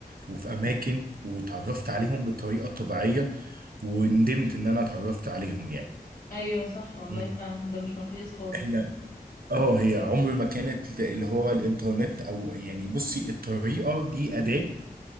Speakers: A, on the right; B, on the left.
A: وفي اماكن واتعرفت عليهم بالطريقة الطبيعية وندمت ان انا اتعرفت عليهم يعني
B: ايوه صح والله
A: مم.
B: فعلا ده مش مقياس خالص
A: هي اه هي عمر ما كانت اللي هو الانترنت او يعني بصي الطريقة دي أداة